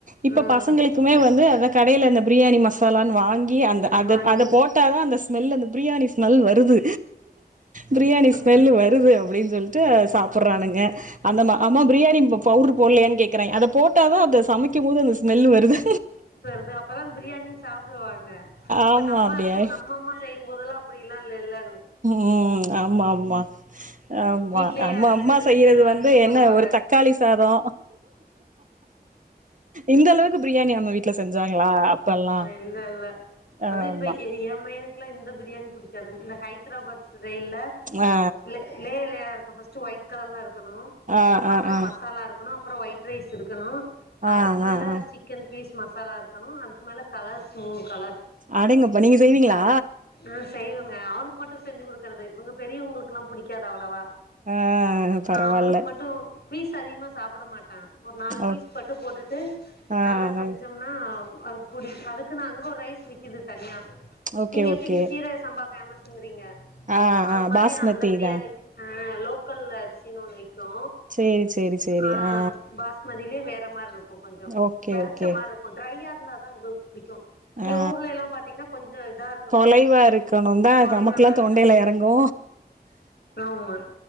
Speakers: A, on the right; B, on the left.
A: இப்ப
B: ம்
A: பசங்களுக்குமே வந்து அத கடையில அந்த பிரியாணி மசா சாலான் வாங்கி அந்த அத
B: வாங்கி
A: அத போட்ட தா அந்த ஸ்மெல் அந்த பிரியாணி ஸ்மெல் வ ருது பிரியாணி ஸ்மெல்
B: ம்
A: வருது அப்டின் சொல்ட்டு சாப்புறானுங்க அந்த மா அம்மா பிரியாணி பவுடர் போடலையான் கேக்குறா அத போட்டாதா அந்த சமைக்கும் போது அந்த ஸ்மெல் வருது
B: து அப்பதா பிரியாணின் சாப்பிடுவாங்க இப்ப
A: ஆமா
B: நம்ம
A: அப்டியா
B: இருக்கும் நம்ம அம்மா செய்யும் போதெல்லா அப்படில்லா இல்ல இல்லங்
A: ம் ஆமா ஆமா ஆமா
B: வீட்லயே
A: நம்ம
B: அரச்சு
A: அம்மா
B: வீட்லயே
A: செய்யறது
B: வறுத்து
A: வந்து
B: பண்ணுவாங்க
A: என்ன ஒரு தக் காளி சாதோ இந்த அளவுக்கு பிரியாணி நம்ம வீட்ல செஞ்சாங்களா அப்பல்லா
B: இல்ல இல்ல
A: ஆமா
B: அது இப்ப ஏ ஏமயனுக் எனக்குலா இந்த பிரியாணி புடிக்காது இந்த ஹைதராபாத் ஸ்ரயில
A: ஆ
B: லே லேயரா இருக்கு ஃபஸ் ஒயிட் கலர்ல இருக்கணு
A: ஆ
B: அப்பற
A: ஆ ஆ
B: மசாலா இருக்கணு அப்பற ஒயிட் ரைஸ் இருக்கணு
A: ஆ
B: அதுக்கு மேல
A: ஆ ஆ
B: சிக்கன் பீஸ் மசாலா இருக்கணு அதுக்கு மேல கலர்ஸ் மூணு கலர்
A: அடேங்கப்பா நீங்க செய்வீங்களா
B: ஆ செய்வங்க அவனுக்கு மட்டு செஞ்சு குடுக்குறது இவங்க பெரியவங்களுக்கு எல்லா புடிக்காது அவ்ளவா
A: ஆ பரவால்ல
B: ஆ அவனுக்கு மட்டு பீஸ் அதிகமா சாப்ட மாட் டா ஒரு நாலு
A: ஓ
B: பீஸ் மட்டு போட்டுட்டு
A: ஆ
B: நல்லா செஞ்சம்னா
A: ஆ
B: அதுக்கு புடி அதுக்குன்னா அங்க ஒரு ரைஸ் விக்குது தனியா
A: ஓகே
B: நீங்க எப்டி
A: ஓகே
B: இங்க சீரக ச சம்பா ஃபேமஸ்ங்கீரிங்க
A: ஆ
B: அது
A: ஆ
B: மாதிரி
A: பாஸ்மதி
B: அந்த பிரியாணிக்கு
A: தா
B: அ லோக்கல் அரிசின் ஒண்ணு விக்கு
A: சேரி சேரி சேரி
B: அ
A: ஆ
B: பாஸ் மதியிலயே வேற மாரி இருக்கு கொஞ்சோ
A: ஓகே
B: வெரச்ச
A: ஓகே
B: மாரி இருக்கு ட்ரையா இருந்தா தா இவங்களுக்கு புடிக்கு இங்க
A: ஆ
B: ஊர்ல எல்லா பாத்தீங்கன்னா கொஞ்ச இதா இருக்கணு
A: தொலைவா இருக்கணு தா
B: கொலைவனா
A: நமக்குல்லா
B: இருக்கணு
A: தொண்டையில எறங்கு
B: ஆமா